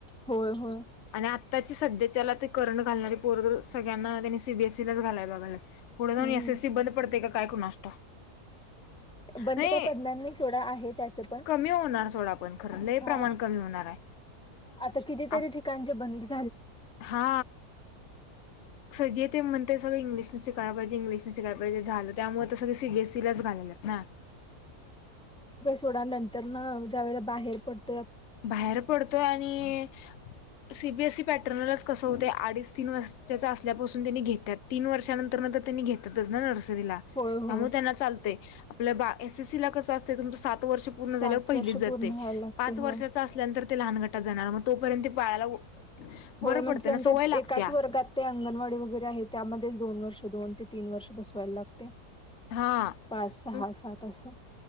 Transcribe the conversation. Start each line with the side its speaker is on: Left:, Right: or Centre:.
Centre: होय होय
Left: आणि आत्ताची सध्याच्याला ते करंट घालणारी पोर सगळ्यांना त्यांनी सीबीएसई लाच घालाय बघाल्यात पुढे जाऊन
Centre: हम्म
Left: एस एस सी काय बंद पडतय का काय कोणास ठाऊक
Centre: बंद
Left: नाही
Centre: काय पडणार नाही सोडा आहे त्याच्यात
Left: कमी होणार सोडा पण खरं लय
Centre: हा...
Left: प्रमाण कमी होणार आहे
Centre: आता किती तरी
Left: आप
Centre: ठिकाणची बंदच
Left: हा अस जे ते म्हणतय सगळं इंग्लिश तेन शिकाय पाहिजे इंग्लिश शिकाय पाहिजे झालं त्यामुळें सगळी सीबीएससीलाच घालल्यात ना
Centre: थोड नंतर न ज्यावेळेला बाहेर पडतो
Left: बाहेर पडतोय आणि सीबीएससी पॅटर्नलाच कस होतय अडीच तीन वर्षाच असल्यापसून त्यांनी घेतात तीन वर्षानंतर त्यांनी घेत्यातच ना नर्सरी नर्सरीला
Centre: होय
Left: त्यामुळे
Centre: होय
Left: त्यांना चालतंय आपल्या एस एस सी ला कसं असतय तुमचं सात सात वर्ष पूर्ण
Centre: सात
Left: झाल्यावर पहिलीत
Centre: वर्ष
Left: जातय
Centre: पूर्ण व्हायला लागते
Left: पाच
Centre: होय
Left: वर्षाचं असल्यानंतर ते लहान गटात जाणार मग तोपर्यंत ते बाळाला
Centre: होय
Left: बरं
Centre: म्हणजे
Left: पडतं
Centre: त्यांच्या
Left: ना सवय लागत्या
Centre: एकाच वर्गात ते अंगणवाडी वगैरे आहे त्यामध्ये दोन वर्ष दोन ते तीन वर्ष बसवायला लागते
Left: हा
Centre: पाच सहा
Left: मग
Centre: सात अस